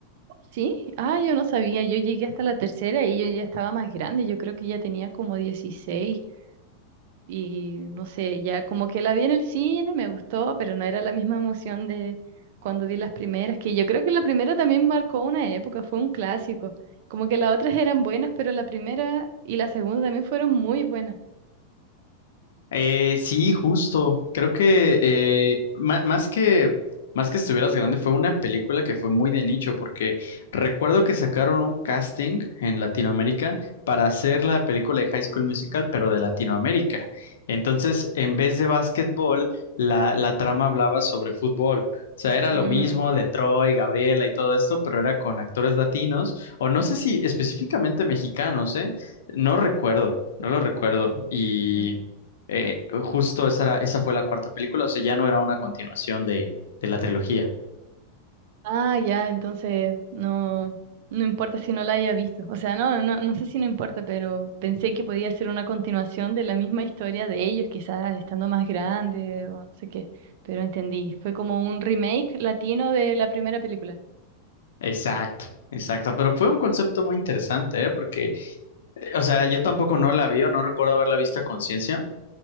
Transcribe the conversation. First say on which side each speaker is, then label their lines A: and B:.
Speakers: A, on the right (about 45°); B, on the left (about 85°).
A: Sí, ah, yo no sabía, yo llegué hasta la tercera y yo ya estaba más grande, yo creo que ya tenía como 16. Y no sé, ya como que la vi en el cine, me gustó, pero no era la misma emoción de cuando vi las primeras, que yo creo que la primera también marcó una época, fue un clásico. Como que las otras eran buenas, pero la primera y la segunda también fueron muy buenas.
B: Eh, sí, justo. Creo que eh, ma- más que más que estuvieras grande fue una película que fue muy de nicho porque recuerdo que sacaron un casting en Latinoamérica para hacer la película de High School Musical, pero de Latinoamérica. Entonces, en vez de básquetbol, la, la trama hablaba sobre fútbol. O sea, era
A: Mm,
B: lo mismo de Troy, Gabriela y todo esto, pero era con actores latinos, o no sé si específicamente mexicanos, ¿eh? No recuerdo, no lo recuerdo. Y
A: mm.
B: eh, justo esa, era- esa fue la cuarta película, o sea, ya no era una continuación de, de la trilogía.
A: Ah, ya, entonces no, no importa si no la haya visto. O sea, no, no, no sé si no importa, pero pensé que podía ser una continuación de la misma historia de ellos, quizás estando más grande o no sé qué. Pero entendí, fue como un remake latino de la primera película.
B: Exacto, exacto. Pero fue un concepto muy interesante, ¿eh? Porque, eh, o sea, yo tampoco no la vi o no recuerdo haberla visto a conciencia.